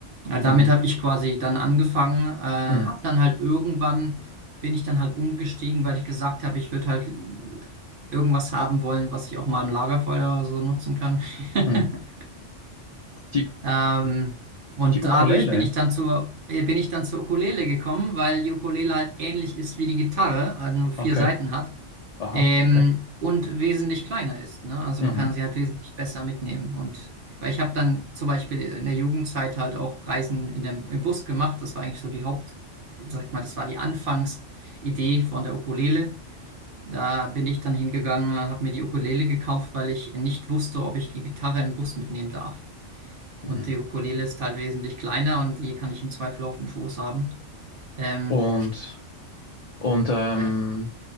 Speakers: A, on the right; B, on the left.
A: Ja, damit
B: Mhm.
A: habe ich quasi dann angefangen, äh, habe
B: Mhm.
A: dann halt irgendwann, bin ich dann halt umgestiegen, weil ich gesagt habe, ich würde halt irgendwas haben wollen, was ich auch mal im Lagerfeuer oder so nutzen kann. <laughs>
B: Mhm. Die,
A: Ähm, und
B: die Ukulele.
A: dadurch bin ich dann zur, äh, bin ich dann zur Ukulele gekommen, weil die Ukulele halt ähnlich ist wie die Gitarre, äh, nur vier
B: Okay.
A: Saiten hat.
B: Aha.
A: Ähm,
B: Okay.
A: und wesentlich kleiner ist, ne? Also
B: Mhm.
A: man kann sie halt wesentlich besser mitnehmen. Und weil ich habe dann zum Beispiel in der Jugendzeit halt auch Reisen in dem, im Bus gemacht. Das war eigentlich so die Haupt, sag ich mal, das war die Anfangsidee von der Ukulele. Da bin ich dann hingegangen, habe mir die Ukulele gekauft, weil ich nicht wusste, ob ich die Gitarre im Bus mitnehmen darf.
B: Mhm.
A: Und die Ukulele ist halt wesentlich kleiner und die kann ich im Zweifel auf den Schoß haben. Ähm,
B: Und Und ähm,
A: ja.